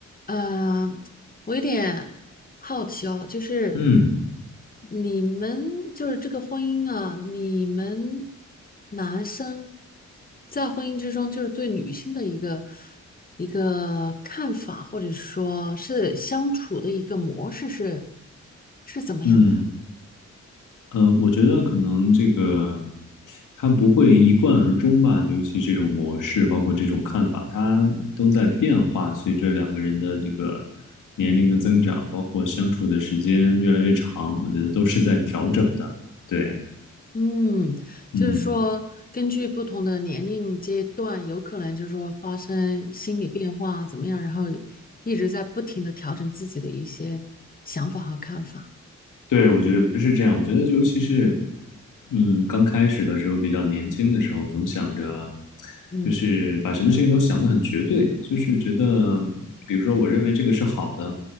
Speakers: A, on the left; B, on the left.
A: 呃，我有点好奇哦，就是
B: 嗯
A: 你们就是这个婚姻啊，你们男生在婚姻之中，就是对女性的一个一个看法，或者说是相处的一个模式是是怎么样的？
B: 嗯，呃，我觉得可能这个他不会一贯而终吧，尤其这种模式，包括这种看法，它都在变化。随着两个人的这个年龄的增长，包括相处的时间越来越长，我觉得都是在调整的。对，
A: 嗯，
B: 嗯。
A: 就是说，根据不同的年龄阶段，有可能就是说发生心理变化怎么样，然后一直在不停的调整自己的一些想法和看法。
B: 对，我觉得是这样。我觉得尤其是，嗯，刚开始的时候，比较年轻的时候，总想着，
A: 嗯
B: 就是把什么事情都想得很绝对，就是觉得，比如说我认为这个是好的，